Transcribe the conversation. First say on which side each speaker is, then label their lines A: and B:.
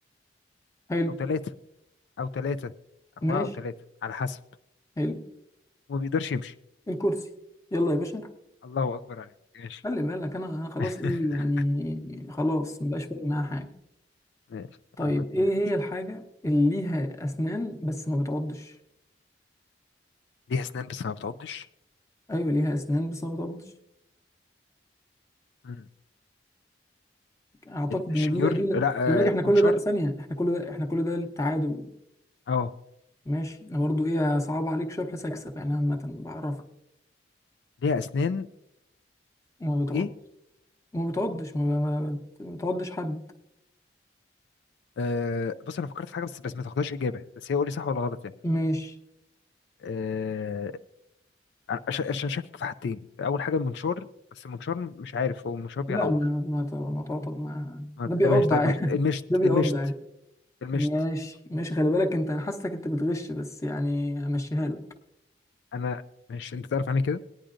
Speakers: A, on the left; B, on the left.
A: حلو
B: او ثلاثه او ثلاثه اربعه
A: ماشي
B: او ثلاثه على حسب
A: حلو
B: وما بيقدرش يمشي
A: الكرسي يلا يا باشا
B: الله اكبر عليك ماشي
A: خلي بالك انا انا خلاص
B: <laughs>
A: ايه يعني خلاص مبقاش فارق معايا حاجه
B: ماشي
A: طيب
B: قلبك
A: ايه
B: مات
A: هي الحاجة اللي ليها اسنان بس ما بتعضش
B: ليها اسنان بس ما بتعضش
A: ايوه ليها اسنان بس ما بتعضش
B: مم.
A: اعتقد
B: الشنيور
A: ان دي بقى دي لا
B: لا
A: خلي بالك
B: آه،
A: احنا
B: البنشور
A: كل ده ثانية احنا كل ده احنا كل ده تعادل
B: اه
A: ماشي انا برضو ايه صعب عليك شوية بحيث اكسب يعني عامة بعرفك
B: ليها اسنان
A: وما بتعض
B: وايه
A: ما بتعضش ما ما- ما بتعضش حد
B: آه بص انا فكرت في حاجه بس بس ما تاخدهاش اجابه بس هي قول لي صح ولا غلط يعني
A: ماشي
B: آه عش- عشان شاكك في حاجتين اول حاجه المنشار بس المنشار مش عارف هو المنشار بيعور
A: لا ما ما ت- ما تعطى ما
B: ما-
A: ده
B: لا
A: بيعض
B: ماشي طيب
A: عادي
B: ماشي المشت
A: <laughs> ده بيعض
B: المشت
A: عادي
B: المشت
A: ماشي ماشي خلي بالك انت انا حاسسك انت بتغش بس يعني امشيها لك
B: انا ماشي انت تعرف عني كده